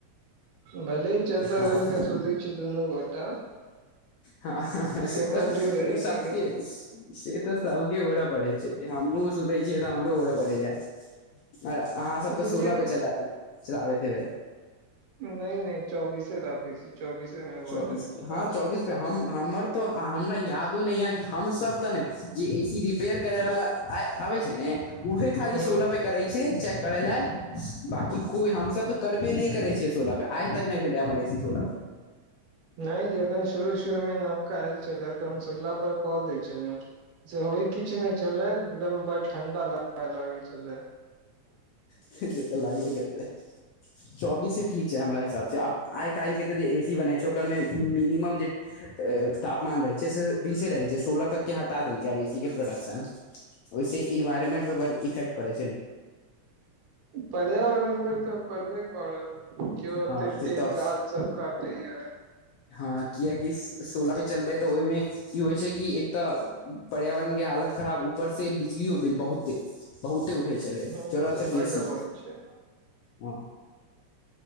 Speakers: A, on the right; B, on the left.
A: भले ही चद्दर
B: हँ
A: ओइढ़के सुतय छी दुनू गोटा
B: हँ से त
A: मंजूर
B: सबके
A: अइ लेकिन
B: से त सबके ओढ़ऽ पड़ै छैय हमहुँ सुतै छियै त हमरो ओढ़ऽ पड़ैये। और अहाँ सब त
A: जे
B: सोलह
A: जे
B: पे चला चलाबैत हेबय।
A: नै- नै चौबीसे राखै छी चौबीसे मे
B: चौबीस
A: भ जाय
B: पे
A: काज।
B: हँ चौबीस हम हमर तो हमरा यादो नै य कि हमसब त ने जे ए- सी रिपेयर करे वाला आय आबै छैय ने उहे खाली
A: हूँ
B: सोलह पे करै छैय चेक करै लेल बाकि कोई हमसब त करबे नै करै छियै सोलह पे आइ तक नै भेलै हमर एसी सोलह पे।
A: नै जखन शुरू-शुरूमे न आयल छले त हम सोला पर कऽ दै छलौं से होइ कि किछ नै छले एकदम बडड ठंडा ला लागे छलै।
B: से त लागबे करतै। चौबीसे ठीक छैय हमरा हिसाब से, आब आइ काइलके त जे ए- सी बनै छैय ओकरमे मिनिमम जे तापमान रहै छैय से बीसे रहै छैय सोलह तक के हटा देलकै अब ए-सी के प्रोडक्शन। ओय से इन्वायरमेंटपर बडड इफेक्ट पड़ै छैय।
A: पर्यावरण पर त पड़बे करत केओ ओते
B: हँ से
A: पेड़
B: तऽ
A: गाछ सब काटे य।
B: हँ कियेकि सोलह पे चलबै त ओयमे की होइ छैय कि एक त पर्यावरणके हालत खराब ऊपर से बिजलियो बिल बहुते बहुते उठै छलै
A: ओ
B: जरूरत
A: तऽ
B: से बेसी
A: बड होइ छै
B: हँ।